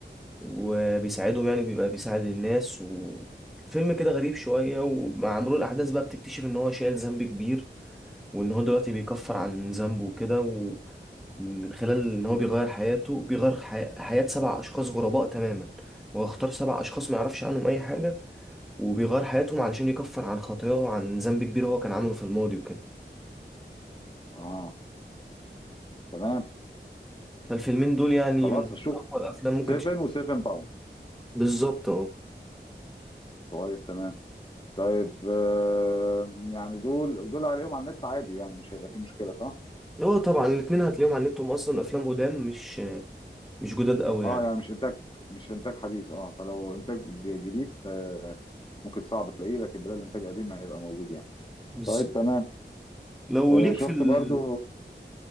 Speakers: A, in the centre; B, on the left.
A: وبيساعدهم يعني بيبقى بيساعد الناس وفيلم كده غريب شوية ومع مرور الأحداث بقى بتكتشف إن هو شايل ذنب كبير وإن هو دلوقتي بيكفر عن ذنبه وكده ومن خلال إن هو
B: مهم.
A: بيغير حياته بيغير حي... حياة سبع أشخاص غرباء تماما هو اختار سبع أشخاص ما يعرفش عنهم أي حاجة وبيغير حياتهم علشان يكفر عن خطاياه وعن ذنب كبير هو كان عامله في الماضي وكده
B: اه تمام
A: فالفيلمين دول يعني
B: خلاص
A: من
B: هشوف
A: أقوى الأفلام ممكن
B: 7
A: تش...
B: و7 باوند
A: بالظبط أه
B: طيب تمام طيب آه يعني دول دول هلاقيهم على النت عادي يعني مش هيبقى فيه مشكله صح؟
A: هو طبعا الاتنين هتلاقيهم على النت هم أصلا أفلام قدام مش مش جداد أوي
B: اه
A: يعني
B: يعني مش انتاج مش انتاج حديث اه فلو انتاج ج- جديد آه ممكن صعب تلاقيه لكن بدل انتاج قديم هيبقى موجود يعني
A: بالظبط
B: طيب تمام
A: لو
B: آه
A: ليك
B: شفت
A: في ال...
B: برضو